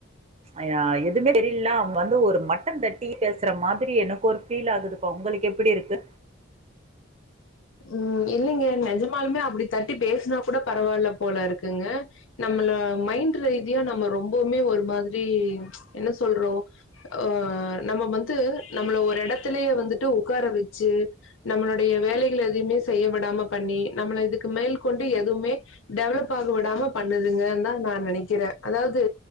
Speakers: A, on the right (about 30°); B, on the left (about 70°).
A: ஆஹ் எதுவுமே தெரியில அவ்ங்க வந்து ஒரு மாட்டந்தட்டி பேசு ற மாத்ரி எனக்கு ஒரு ஃபீல் ஆகுதுப்பா உங்களுக்கு எப்டி இருக்கு
B: உம் இல்லைங்க நெஜமாலுமே அப்டி தட்டி பேசுனா கூட பரவால்ல போல இருக்குங்க நம்மள மைண்ட் ரீதியா நம்ம ரொம்பவுமே ஒரு மாத்ரி என்ன சொல்றோம் அஹ் நம்ம வந்து நம்மள ஒரு எடத்துலயே வந்துட்டு உக்கார வச்சு நம்மளுடைய வேலைகள எதுவுமே செய்ய விடாம பண்ணி நம்மள இதுக்கு மேல்கொண்டு எதுவுமே டெவலப் ஆக விடாம பண்ணுதுங்கா தா நா நெனைக்கிறேன் அதாவ்து